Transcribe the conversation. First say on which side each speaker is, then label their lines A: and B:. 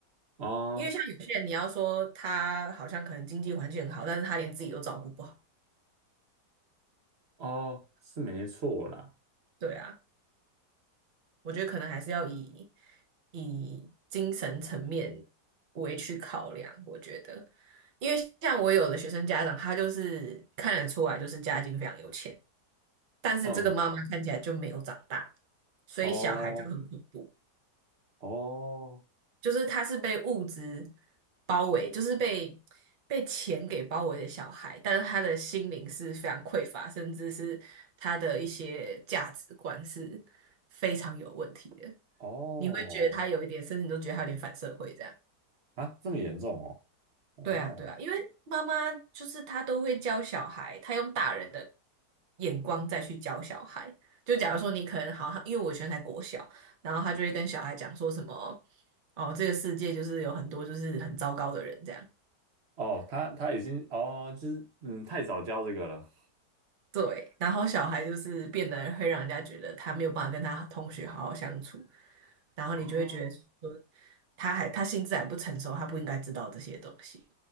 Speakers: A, on the right; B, on the right.
A: 啊
B: 因为像有些人，你要说他好像可能经济环境很好，但是他连自己都照顾不好。
A: 哦，是没错啦。
B: 对啊，我觉得可能还是要以以精神层面为去考量。我觉得，因为像我有的学生家长，他就是看得出来就是家境非常有钱，但是这个妈妈看起来就没有长大，
A: 嗯，
B: 所以小孩就很恐怖。
A: 哦，哦，
B: 就是他是被物质包围，就是被被钱给包围的小孩，但是他的心灵是非常匮乏，甚至是他的一些价值观是非常有问题的。
A: 哦，
B: 你会觉得他有一点，甚至你都觉得他有点反社会这样。
A: 啊，这么严重哦，
B: 对啊，对啊，因为妈妈就是她都会教小孩，她用大人的眼光再去教小孩。就假如说你可能好，因为我以前在才国小，然后她就会跟小孩讲说什么，哦，这个世界就是有很多就是很糟糕的人这样。
A: 哦，哦，他他已经，哦，就是嗯，太早教这个了，
B: 对，然后小孩就是变得会让人家觉得他没有办法跟他同学好好相处，然后你就会觉得说
A: 哦，
B: 他还他心智还不成熟，他不应该知道这些东西。